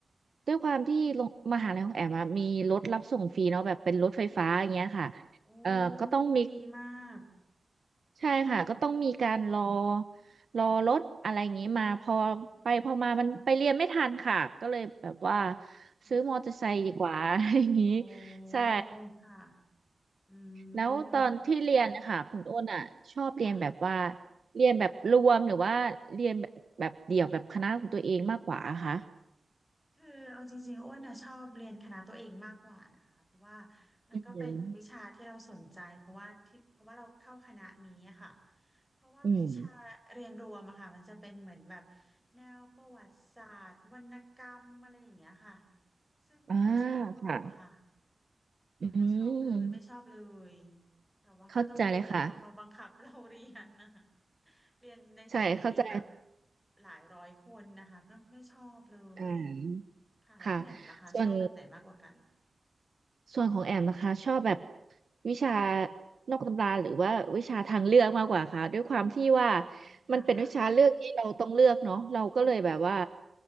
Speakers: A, on the right; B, in the centre.
A: ด้วยความที่โรงมหาลัยของแอมอะมีรถรับส่งฟรีเนาะแบบเป็นรถไฟฟ้าอย่างเงี้ยค่ะ
B: ค่ะโอ้
A: เอ่อก็ต้องมี
B: ดีมาก
A: ใช่ค่ะก็ต้องมีการรอรอรถอะไรอย่างงี้มาพอไปพอมามันไปเรียนไม่ทันค่ะก็เลยแบบว่า
B: อืมค่ะ <laughs>
A: ซื้อมอเตอร์ไซค์ดีกว่า <laughs> อะไรอย่างงี้
B: โอ้
A: ใช่
B: ค่ะอืม
A: แล้วตอนที่เรียนนะคะคุณอ้นอ่ะชอบเรียนแบบว่า
B: ค่ะค่ะ
A: เรียนแบบรวมหรือว่าเรียนแบบแบบเดี่ยวแบบคณะของตัวเองมากกว่าอะคะ
B: คือเอาจริงๆอ้วนนะชอบเรียนคณะตัวเองมากกว่านะคะเพราะว่ามันก็เป็นวิชาที่เราสนใจเพราะว่าที่เพราะว่าเราเข้าคณะนี้อะค่ะ
A: อืม
B: เพราะว่าวิชาเรียนรวมอะค่ะมันจะเป็นเหมือนแบบ
A: อืม
B: แนวประวัติศาสตร์วรรณกรรมอะไรอย่างเงี้ยค่ะซึ่งไม่ค่อยชอบอะค่ะ
A: อ่าค่ะอืม
B: ไม่ค่อยชอบเลยไม่ชอบเลยแต่ว่าก็ต้องเรียนเพราะเขาบังคับเราเรียนนะ
A: เข้าใจเลยค่ะ
B: <laughs> เรียนในเซกทีแบบ
A: ใช่เข้าใจ
B: หลายร้อยคนนะคะก็ไม่ชอบเลย
A: อ่า
B: ค่ะแล้วคุณแอมล่ะคะชอบแบบไหนมากกว่ากัน
A: ค่ะส่วน
B: ค่ะ
A: ส่วนของแอมนะคะชอบแบบวิชานอกตำราหรือว่าวิชาทางเลือกมากกว่าค่ะด้วยความที่ว่า
B: อืมค่ะค่ะ
A: มันเป็นวิชาเลือกที่เราต้องเลือกเนาะเราก็เลยแบบว่า